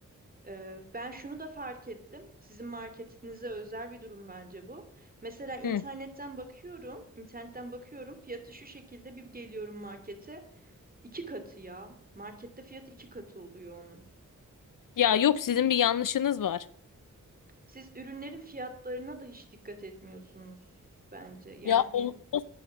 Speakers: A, on the right (about 25°); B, on the left (about 75°).
A: E, ben şunu da fark ettim. Sizin marketinize özel bir durum bence bu. Mesela internetten
B: Hı.
A: bakıyorum, internetten bakıyorum. Fiyatı şu şekilde bir geliyorum markete. İki katı ya. Markette fiyatı iki katı oluyor onun.
B: Ya yok sizin bir yanlışınız var.
A: Siz ürünlerin fiyatlarına da hiç dikkat etmiyorsunuz bence. Yani
B: Ya olmaz.